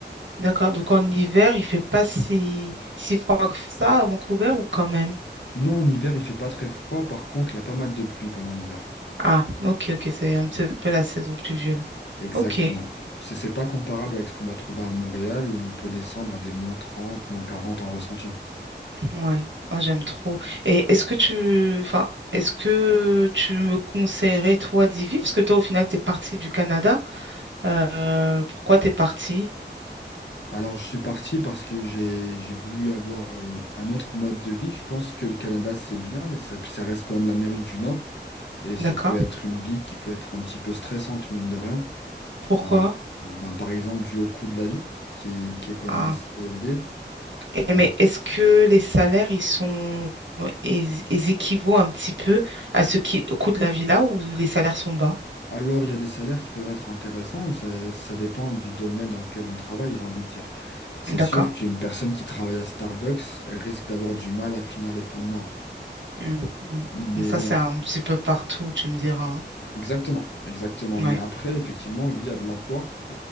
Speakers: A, on the right; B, on the left.
A: d'accord. Donc en hiver, il fait pas si, si froid que ça à Vancouver ou quand même?
B: Non, en hiver, il fait pas très froid. Par contre, il y a pas mal de pluie pendant l'hiver.
A: Ah, ok, ok, c'est un petit peu la saison pluvieuse.
B: Exactement.
A: Ok,
B: C'est c'est pas comparable avec ce qu'on va trouver à Montréal où on peut descendre à des moins 30, moins 40 en ressenti.
A: ouais, ah, j'aime trop. Et est-ce que tu, enfin, est-ce que tu me conseillerais toi d'y vivre? Parce que toi, au final, t'es parti du Canada. Euh, pourquoi t'es parti?
B: Alors, je suis parti parce que j'ai j'ai voulu avoir euh, un autre mode de vie. Je pense que le Canada, c'est bien, mais ça, ça reste quand même l'Amérique du Nord et ça
A: D'accord.
B: peut être une vie qui peut être un petit peu stressante, mine de rien.
A: Pourquoi?
B: Euh, ben, par exemple, dû au coût de la vie, qui, qui est quand même
A: Ah.
B: assez élevé.
A: Et-
B: Euh,
A: mais est-ce que les salaires, ils sont, euh, ils, ils équivaut un petit peu à ce qui, au coût de la vie là où les salaires sont bas?
B: alors, il y a des salaires qui peuvent être intéressants, ça, ça dépend du domaine dans lequel on travaille, j'ai envie de dire. C'est
A: D'accord.
B: sûr qu'une personne qui travaille à Starbucks, elle risque d'avoir du mal à finir les fins de mois.
A: Mm, mm.
B: Mais
A: Donc ça,
B: bon,
A: c'est un petit peu partout, tu me diras. hein.
B: exactement, exactement.
A: Ouais,
B: Mais après, effectivement, lui, il y a de l'emploi